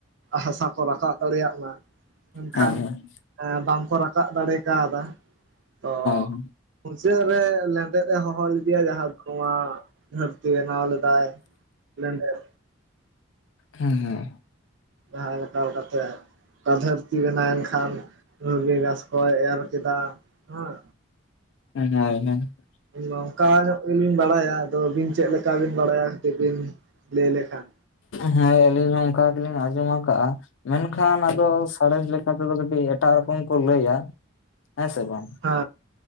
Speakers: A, on the right (about 60°); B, on the left (about 65°).
A: ᱦᱟᱥᱟ ᱠᱚ ᱨᱟᱠᱟᱵ ᱫᱟᱲᱮᱭᱟᱜ ᱢᱟ᱾ ᱢᱮᱱᱠᱷᱟᱱ
B: ᱦᱳᱭ
A: ᱮᱸ ᱵᱟᱝᱠᱚ ᱨᱟᱠᱟᱵ ᱫᱟᱲᱮ ᱠᱟᱣᱫᱟ ᱛᱚ
B: ᱦᱳᱭ
A: ᱢᱩᱪᱟᱹᱫ ᱨᱮ ᱞᱮᱸᱰᱮᱫ-ᱮ ᱦᱚᱦᱚ ᱞᱮᱫᱮᱭᱟ ᱡᱟᱦᱟᱸ <unintelligible> ᱫᱷᱟᱹᱨᱛᱤ ᱵᱮᱱᱟᱣ ᱞᱮᱫ ᱫᱟᱭ ᱞᱮᱸᱰᱮᱫ᱾
B: ᱦᱩᱸ ᱦᱩᱸ᱾
A: ᱡᱟᱦᱟᱸᱭ <inaudible> ᱠᱟᱛᱮᱫ <inaudible> ᱫᱷᱟᱹᱨᱛᱤ ᱵᱮᱱᱟᱭ ᱠᱷᱟᱱ ᱫᱷᱩᱵᱤ ᱜᱷᱟᱥ ᱠᱚᱭ ᱮᱨ ᱠᱮᱫᱟ, ᱦᱩᱸ᱾
B: <unintelligible>
A: ᱱᱚᱝᱠᱟ ᱧᱚᱜ ᱜᱮᱞᱤᱧ ᱵᱟᱲᱟᱭᱟ, ᱟᱫᱚ ᱟᱹᱵᱤᱱ ᱪᱮᱫ ᱞᱮᱠᱟ ᱵᱤᱱ ᱵᱟᱲᱟᱭᱟ ᱠᱟᱹᱴᱤᱡ ᱵᱤᱱ ᱞᱟᱹᱭ ᱞᱮᱠᱷᱟᱱ
B: ᱦᱮᱸ ᱟᱹᱞᱤᱧ ᱦᱚᱸ ᱚᱱᱠᱟ ᱜᱮᱞᱤᱧ ᱟᱸᱡᱚᱢ ᱟᱠᱟᱜᱼᱟ᱾ ᱢᱮᱱᱠᱷᱟᱱ ᱟᱫᱚ ᱥᱟᱬᱮᱥ ᱞᱮᱠᱟ ᱛᱮᱫᱚ ᱠᱟᱹᱴᱤᱡ ᱮᱴᱟᱜ ᱨᱚᱠᱚᱢ ᱠᱚ ᱞᱟᱹᱭᱟ, ᱦᱮᱸ ᱥᱮ ᱵᱟᱝ?
A: ᱦᱮᱸ᱾